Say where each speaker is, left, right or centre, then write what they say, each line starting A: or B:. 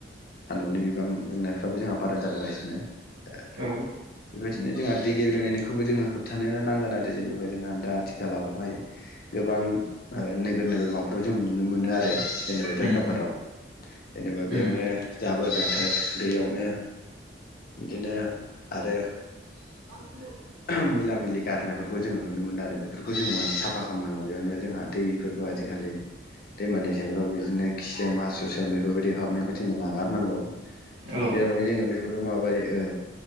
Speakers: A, on the left; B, on the right.
A: सान्दुंनि बिबां दुंनायफ्राबो जोंहा बारा जाबोगासिनो ओ
B: औ
A: बेबायदिनो जोंहा दै गेब्रेनायनिखौबो जोंङो होबथानो नांगोन आरो जेनेबा जोंहा दा आथिखालावहाय गोबां ओ नोगोर नोगमाफोराव जों नुनो मोनो आरो जेनेबा जायगाफोराव
B: उम
A: जेनेबा बेयावनो
B: उम
A: जाबो जाथार दैयावनो बिदिनो आरो
B: औ
A: ओहोह मैला मैलि गारनायफोरखौ जोंङो नुनो मोनो आरो बेफोरखौ जोंङो माने साफा खालामनांगौ बेयावनो जोंहा दैफोरखौ आजिखालि दैमा दैसाफ्राव बिदिनो खिसोम हासुसोम बेफोरबायदि खालामनायखौ जोंङो नागारनांगौ
B: औ
A: जेरावहाय जोंङो बेफोर माबायो ओ